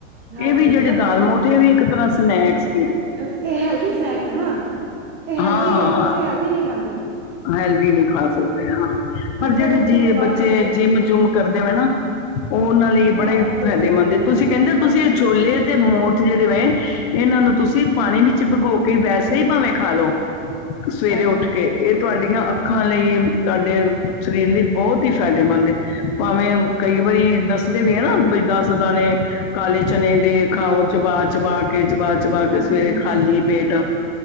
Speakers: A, on the right; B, on the left.
A: ਹਾਂਜੀ
B: ਇਹ ਵੀ ਜਿਹੜੇ
A: ਬਟ
B: ਦਾਲ ਮੋਠ ਏ ਵੀ, ਇੱਕ ਤਰ੍ਹਾਂ ਸਨੈਕਸ ਹੀ ਏ
A: ਇਹ ਹੈਲਦੀ ਸਨੈਕਸ ਹੈ ਨਾ, ਇਹ ਹੈਲਦੀ
B: ਹਾਂ
A: ਆ,
B: ਹਾਂ
A: ਬੱਚੇ ਹੈਲਦੀ ਨਹੀਂ ਖਾਂਦੇ।
B: ਹੈਲਦੀ ਨਹੀਂ ਖਾ ਸਕਦੇ ਆ, ਹਾਂ ਪਰ
A: ਅੱਜ
B: ਜਿਹੜੇ
A: ਕੱਲ੍ਹ ਦੇ ਬੱਚਿਆਂ ਨੂੰ ਫਾਸਟ
B: ਬੱਚੇ,
A: ਫੂਡ
B: ਜਿੰਮ- ਜੁਮ ਕਰਦੇ ਵੇ ਨਾ ਉਹ ਉਹਨਾਂ ਲਈ ਬੜਾ ਹੀ
A: ਵਾਸਤੇ
B: ਫਾਇਦੇਮੰਦ,
A: ਜ਼ਰੂਰੀ ਹੈ
B: ਤੁਸੀਂ
A: ਜੀ
B: ਕਹਿੰਦੇ
A: ਹਾਂਜੀ
B: ਤੁਸੀਂ ਇਹ ਛੋਲੇ, ਤੇ ਮੋਠ ਜਿਹੜੇ ਵੇ ਇਹਨਾਂ ਨੂੰ ਤੁਸੀਂ ਪਾਣੀ ਵਿੱਚ ਭਗੋ ਕੇ, ਵੈਸੇ ਹੀ ਭਾਵੇਂ ਖਾ ਲਓ ਸਵੇਰੇ
A: ਹਾਂਜੀ
B: ਉੱਠ ਕੇ ਇਹ ਤੁਹਾਡੀਆਂ ਅੱਖਾਂ ਲਈ, ਤੁਹਾਡੇ ਸਰੀਰ ਲਈ ਬਹੁਤ ਹੀ ਫਾਇਦੇਮੰਦ ਏ ਭਾਵੇਂ ਕਈ ਵਾਰੀ ਦੱਸਦੇ ਵੀ ਆ ਨਾ, ਦੱਸ ਦਾਨੇ ਕਾਲੇ ਚਨੇ ਦੇ ਖਾਓ ਚਬਾ-ਚਬਾ ਕੇ ਚਬਾ ਚਬਾ, ਕੇ
A: ਹਾਂਜੀ
B: ਸਵੇਰੇ ਖਾਲੀ
A: ਜੀ
B: ਪੇਟ